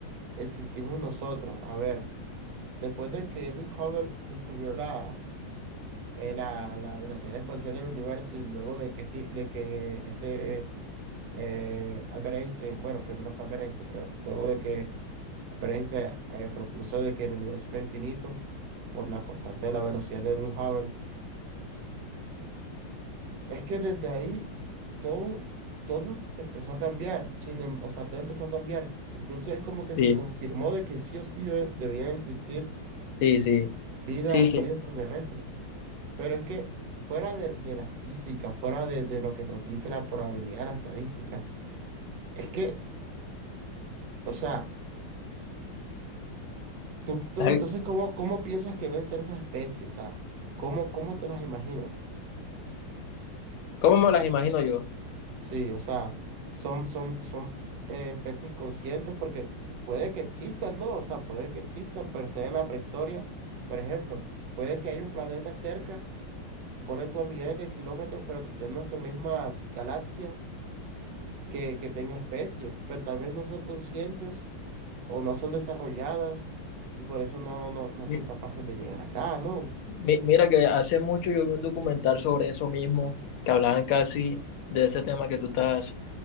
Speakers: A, on the right; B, on the left.
A: existimos nosotros. A ver, después de que Edwin Hubble descubrió la eh, la, la velocidad de expansión del universo y luego de que este, de que este eh, Albert Einstein, bueno, primero fue Albert Einstein, pero luego de que Albert Einstein eh, propuso de que el universo era infinito por la constante de la velocidad de Edwin Hubble, es que desde ahí todo, todo empezó a cambiar, sin, em- o sea, todo empezó a cambiar. Incluso es como que
B: Sí,
A: se confirmó de que sí o sí debe- debía existir
B: sí, sí.
A: vida,
B: Sí, sí.
A: vida extraterrestre. Pero es que fuera de, de la física, fuera de, de lo que nos dice la probabilidad, la estadística, es que, o sea, tú, tú
B: Ay,
A: entonces, ¿cómo, cómo piensas que deben ser esas especies? O sea, ¿cómo, cómo te las imaginas?
B: ¿Cómo me las imagino yo?
A: Sí, o sea, son, son, son eh, especies conscientes porque puede que existan, ¿no? O sea, puede que existan, pero estén en la prehistoria. Por ejemplo, puede que haya un planeta cerca, pone tú a millones de kilómetros, pero que esté en nuestra misma galaxia que, que tenga especies, pero tal vez no son conscientes o no son desarrolladas y por eso no, no, no son
B: Mi-
A: capaces de llegar acá, ¿no?
B: Mi- Mira que hace mucho yo vi un documental sobre eso mismo, que hablaban casi de ese tema que tú estás